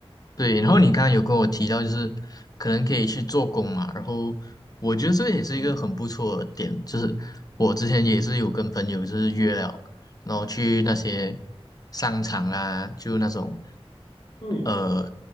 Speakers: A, on the left (about 40°); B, on the left (about 60°).
A: 对，然后你刚刚有跟我提到，就是可能可以去做工嘛，然后我觉得这个也是一个很不错的点，
B: 嗯
A: 就是我之前也是有跟朋友就是约了，然后去那些
B: 嗯
A: 商场啊，就那种
B: 嗯，
A: 呃